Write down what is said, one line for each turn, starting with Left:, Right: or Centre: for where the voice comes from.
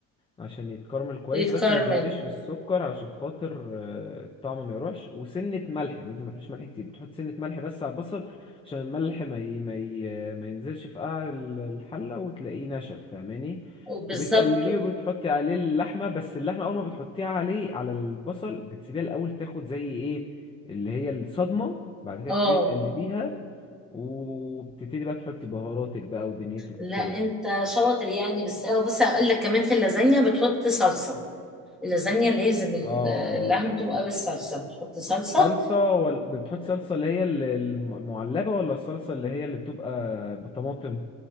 Left: عشان يتكرمل كويس
Centre: يتكرمل
Left: بس ما تزوديش في السكر علشان خاطر آه، الطعم ما يروحش وسنة ملح يعني انت ما تحطش ملح كتير بتحط سنة ملح بس على البصل عشان الملح ما ي... ما ي... ما ينزلش في قاع ال- الحلة وتلاقيه نشف فاهماني
Centre: بالظبط
Left: وبتقلبيه وبتحطي عليه اللحمة بس اللحمة أول ما بتحطيها عليه على البصل بتسيبيها الأول تاخد زي إيه اللي هي الصدمة بعد كده
Centre: اه
Left: بتبتدي تقلبيها وبتبتدي بقى تحطي بهاراتك بقى ودنيتك
Centre: لا
Left: وكده
Centre: انت شاطر يعني بس اه بص هقول لك كمان في اللازانيا بتحط صلصه اللازانيا لازم ال-
Left: اه
Centre: اللحمه
Left: اه
Centre: تبقى بالصلصه بتحط صلصه
Left: صلصة ولا بتحط صلصة اللي هي ال- الم- المعلبة ولا الصلصة اللي هي اللي بتبقى بطماطم